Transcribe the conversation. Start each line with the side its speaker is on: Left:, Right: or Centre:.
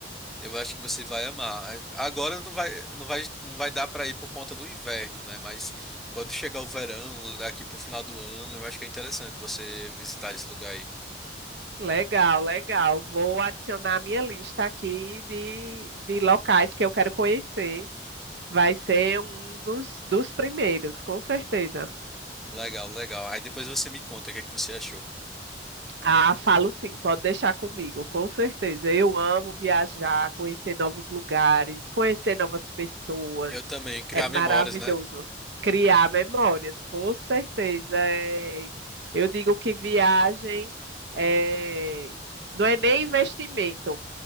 Centre: Eu acho que você vai amar. Agora não vai, não vai, não vai dar para ir por conta do inverno, né? Mas quando chegar o verão, aqui pro final do ano, eu acho que é interessante você visitar esse lugar aí.
Right: Legal, legal. Vou adicionar a minha lista aqui de, de locais que eu quero conhecer. Vai ser um dos, dos primeiros, com certeza.
Centre: Legal, legal. Aí depois você me conta o que é que você achou.
Right: Ah, falo sim, pode deixar comigo, com certeza. Eu amo viajar, conhecer novos lugares, conhecer novas pessoas.
Centre: Eu também, criar
Right: É maravilhoso.
Centre: memórias, né?
Right: Criar memórias, com certeza. É, Eu digo que viagem é, não é nem investimento,